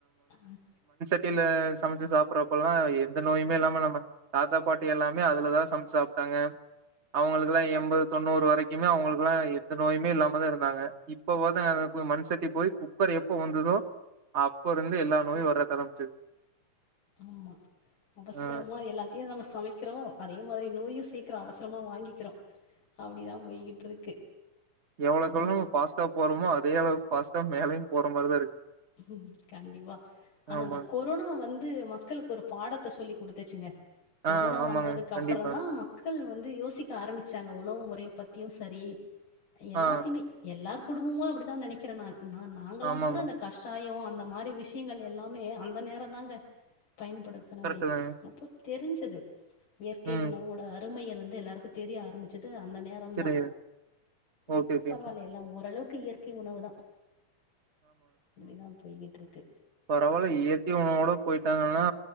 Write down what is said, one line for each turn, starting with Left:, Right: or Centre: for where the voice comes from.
Left: ஹ
Right: வட்டில சமைச்சு சாப்படுறப்ப எல்லாம் எந்த நோயுமே இல்லாம நம்ம தாத்தா பாட்டி எல்லாமே அதுலதான் சமைச்சு சாப்பிட்டாங்க அவங்களுக்கு எல்லாம் எண்பது தொண்ணூறு வரைக்குமே அவங்களுக்குல்லாம் எந்த நோயுமே இல்லாமதான் இருந்தாங்க இப்பவாது அ மண் சட்டி போய் குக்கர் எப்ப வந்ததோ அப்ப இருந்து எல்லா நோயும் வர்ற ஆரம்பிச்சது
Left: ஆமா அவசரமா
Right: ஆ
Left: எல்லாத்தையும் நம்ம சமைக்கிறோம் அதே மாதிரி நோயும் சீக்கிரம் அவசரமா வாங்கிக்கிறோம் அப்படிதான் போய்கிட்டு இருக்கு
Right: எவ்வளவுக்
Left: அதா
Right: எவ்ளோ நம்ம ஃபாஸ்டா போறோமோ அது அதே அளவு ஃபாஸ்டா மேலையும் போற மாிரிதான் இருக்கு
Left: உம் கண்டிப்பா ஆனா
Right: ஆமா
Left: அந்த கொரோனா வந்து மக்களுக்கு ஒரு பாடத்தை சொல்லி கொடுத்துச்சுங்க கொரோனா
Right: ஆ ஆமாங்க
Left: வந்ததுக்கு
Right: கண்டிப்பா
Left: அப்புறம் தான் மக்கள் வந்து யோசிக்க ஆரம்பிச்சாங்க உணவு முறைைய பத்தியும் சரி எல்லாத்தையுமே
Right: ஆ
Left: எல்லாரு குடும்பமா அப்டிதான் நனைக்கிறே நானு நா நாங்கல்லாம்
Right: ஆமாமா
Left: கூட அந்த விஷாயம் அந்த மாதிரி விஷ்யங்கள் எல்லாமே அந்த நேர தாங்க பயன்படுத்தணமே
Right: கரெக்ட்டு தாங்க
Left: முப்பத் தெரிஞ்சது இயற்கை
Right: ம்
Left: உணவுட ருமையர் வந்து எல்லாருக்கும் தெரிய ஆரம்பிச்சது அந்த நேரம்
Right: செரிங்க
Left: தான்
Right: ஓகே
Left: இப்போ
Right: ஓகேங்க.
Left: பரவால்ல எல்லாம் ஓரளவுக்கு இயற்கை உணவு தான் அப்படிதான் போய்கிட் இருக்கு
Right: பரவாயில்ல இயற்கை உணவோட போயிட்டாங்கன்னா